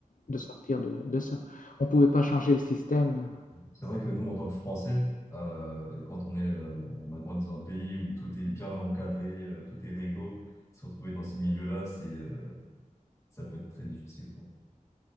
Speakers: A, on the left; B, on the left.
A: de sortir de, de ça. On ne pouvait pas changer le système.
B: C'est vrai que nous, en tant que Français, euh, quand on est, euh, on a grandi dans un pays où tout est bien encadré, euh, tout est réglo, se retrouver dans ces milieux-là, c'est, euh, ça peut être très difficile.